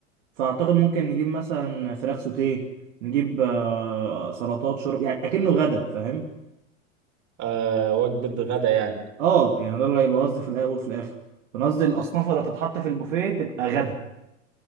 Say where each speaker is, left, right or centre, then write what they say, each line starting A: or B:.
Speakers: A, on the right; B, on the right.
A: فاعتقد ممكن نجيب مثلا فراخ سوتيه نجيب آه، سلطات شرب يعني اكنه غدا فاهم
B: آه وجبة غدا يعني
A: اه يعني ده اللي هيبقى قصدي في الاول وفي الاخر انا قصدي الاصناف اللي هتتحط في البوفيه تبقى غدا